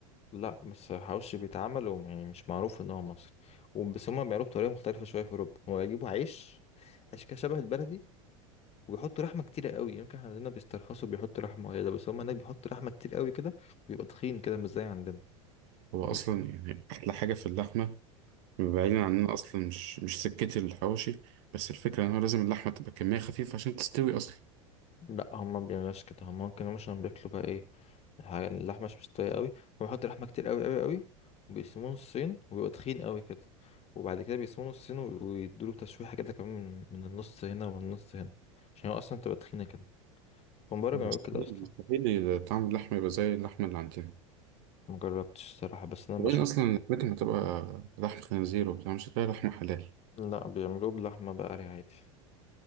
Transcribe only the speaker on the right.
هو
اصلا يعني احلى حاجة في اللحمة بعيدا عننا اصلا مش مش سكتي الحواوشي بس الفكرة ان هو لازم اللحمة تبقى كمية خفيفة عشان تستوي اصلا
مستحيل
مستحيل طعم اللحمة يبقى زي اللحمة اللي عندنا
وبعدين
اصلا لحمتهم هتبقى لحم خنزير وبتاع مش هتلاقي لحمة حلال